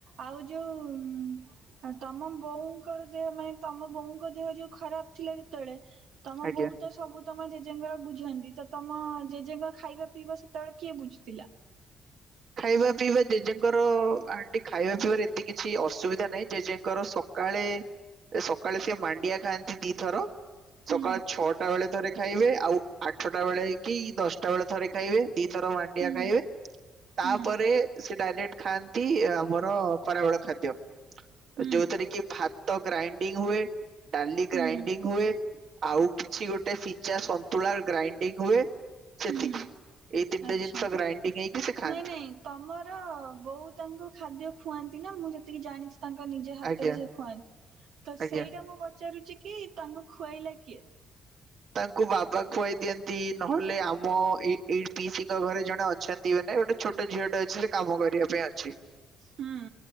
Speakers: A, on the right (about 80°); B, on the right (about 60°).
A: ଆଉ ଯୋଉ ଉଁ। ଆଉ ତମ ବୋଉଙ୍କର ଦେହ ମାନେ ତମ ବୋଉଙ୍କ ଦେହ ଯୋଉ ଖରାପ ଥିଲା ଯେତେବେଳେ ତମ
B: ଆଜ୍ଞା।
A: ବୋଉ ତ ସବୁ ତମ ଜେଜେଙ୍କର ବୁଝନ୍ତି ତ ତମ ଜେଜେଙ୍କ ଖାଇବା ପିଇବା ସେତେବେଳେ କିଏ ବୁଝୁଥିଲା।
B: ଖାଇବା ପିଇବା ଜେଜେଙ୍କର ଆଣ୍ଟି ଖାଇବା ପିଇବାରେ ଏତେ କିଛି ଅସୁବିଧା ନାହିଁ ଜେଜେଙ୍କର ସକାଳେ ସକାଳେ ସେି ମାଣ୍ଡିଆ ଖାଆନ୍ତି ଦିଥର
A: ହୁଁ
B: ସକାଳ ଛଅଟା ବେଳେ ଥରେ ଖାଇବେ ଆଉ ଆଠଟା ବେଳେ କି ଦଶଟା ବେଳେ ଥରେ ଖାଇବେ ଦିଥର ମା ମାଣ୍ଡିଆ
A: ହୁଁ
B: ଖାଇବେ। ତାପରେ
A: ହୁଁ
B: ସେ ଡାଇରେକ୍ଟ ଖାଆନ୍ତି ଆମର ଖରାବେଳ ଖାଦ୍ୟ।
A: ହୁଁ
B: ଯୋଉଥିରେ କି ଭାତ ଗ୍ରାଇଣ୍ଡିଙ୍ଗ ହୁଏ ଡାଲି
A: ହୁଁ
B: ଗ୍ରାଇଣ୍ଡିଙ୍ଗ ହୁଏ। ଆଉ କିଛି ଗୋଟେ ସିଝା ସନ୍ତୁଳା ଗ୍ରାଇଣ୍ଡିଙ୍ଗ ହୁଏ ସେତିକି
A: ହୁଁ
B: ଏଇତିନିଟା
A: ଆଚ୍ଛା
B: ଜିନଷ ଗ୍ରାଇଣ୍ଡିଂ ହେଇକି ସେ ଖାଆନ୍ତି
A: ନାଇଁ ନାଇଁ ତମର ବୋଉ ତାଙ୍କୁ ଖାଦ୍ୟ ଖୁଆନ୍ତି ନା ମୁଁ ଯେତିକି ଜାଣିଛି। ତାଙ୍କ ନିଜେ ହାତରେ
B: ଆଜ୍ଞା
A: ସେ ଖୁଆନ୍ତି ତ
B: ଆଜ୍ଞା
A: ସେଇଟା ମୁଁ ପଚାରୁଛି କି ତାଙ୍କୁ ଖୁଆଇଲା କିଏ।
B: ତାଙ୍କୁ ବାବା ଖୁଆଇ ଦିଅନ୍ତି ନହେଲେ ଆମ ଏ ଏଇ ପିସିଙ୍କ ଘରେ ଜଣେ ଅଛନ୍ତି ଦିଅ ନାଇଁ ଗୋଟେ ଛୋଟ ଝିଅଟା ଅଛି ସେ କାମ କରିବା ପାଇଁ ଅଛି।
A: ହୁଁ